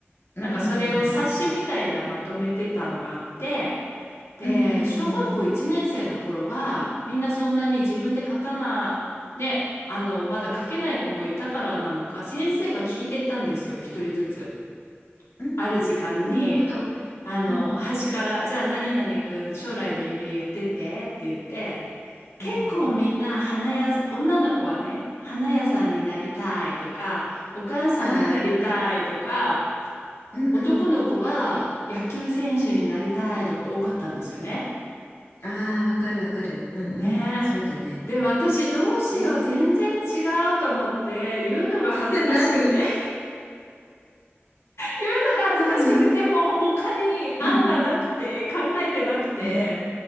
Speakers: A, on the left; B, on the left.
A: うんうんうんうんうん。
B: なんかそれを冊子みたいなまとめてたのがあって、で、
A: うんうんうんうんうん。
B: 小学校1年生の頃は、みんなそんなに自分で書かな、ね、あの、まだ書けない子もいたからなのか、先生が聞いてったんですよ、一人ずつ。
A: うん、
B: ある時間に、
A: なるほど。
B: あの、
A: うん。
B: 端から、じゃあ何々くん将来の夢言ってってって言って、結構みんな花屋さん、
A: うんうん。
B: 女の子はね、花屋さんになりたいとか、お母さんになりたいとか、
A: ああ。うんうん。
B: 男の子は野球選手になりたいとか多かったんですよね。
A: ああ、わかるわかる。うんうん。
B: ね
A: そうだね。
B: え。で、私どうしよう、
A: で、
B: 全然違うと思って、言うのが恥ずかしくて、
A: <laughs> 何
B: <laughs> 言うのが恥ずかしくて、
A: 何
B: でも他に案がなくて、
A: うん。
B: 考えてなくて、
A: うん。